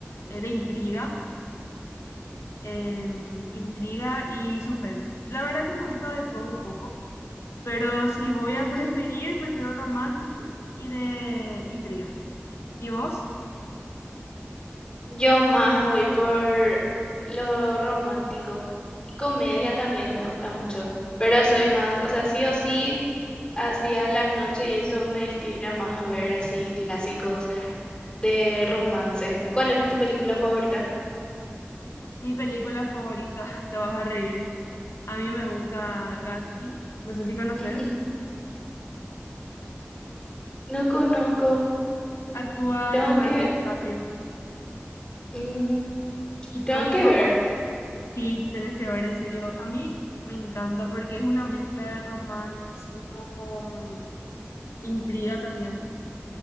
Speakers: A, on the left; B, on the left.
A: eh, de intriga, em, intriga y suspenso. La verdad que me gusta de todo un poco, pero si voy a
B: Ujú.
A: preferir, prefiero romántico y de intriga. ¿Y vos?
B: Yo más voy por lo romántico y comedia también me gusta mucho, pero soy más, o sea, sí o sí, hacia la noche y eso me estira más a ver así clásicos de romance. ¿Cuál es tu película favorita?
A: Mi película favorita, <laughs> te vas a reír. A mí me gusta Gatsby, no sé si conoces.
B: <laughs> No conozco,
A: Actúa
B: tengo
A: Leonardo
B: que
A: DiCaprio
B: Mm,
A: y Tobey
B: tengo que
A: Maguire.
B: ver.
A: Sí, tenés que ver, en serio. A mí me encanta porque es una mezcla de romanticismo con intriga también.